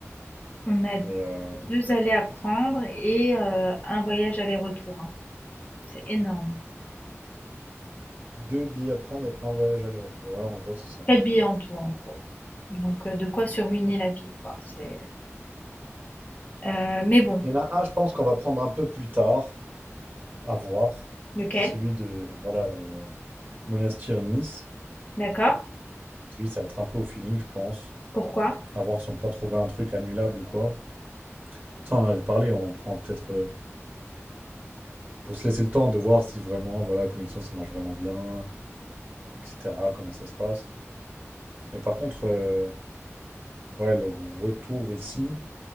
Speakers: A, on the left; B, on the right.
A: On a
B: Mais euh,
A: deux allers à prendre et euh, un voyage aller-retour. hein. C'est énorme.
B: deux billets à prendre et un voyage aller-retour. Ouais, en gros, c'est ça.
A: quatre billets en tout, en gros. Donc, euh, de quoi se ruiner la vie, quoi. C'est... Euh, mais bon,
B: Il y en a un, je pense qu'on va prendre un peu plus tard, à voir.
A: lequel?
B: C'est celui de, voilà, Monastir-Nice.
A: D'accord?
B: Lui, ça va être un peu au feeling, je pense.
A: Pourquoi?
B: À voir si on peut pas trouver un truc annulable ou quoi. Ça, on en avait parlé, on prend peut-être euh, pour se laisser le temps de voir si vraiment, voilà, la connexion, ça marche vraiment bien, etc., comment ça se passe. Mais par contre, euh, ouais, le retour ici,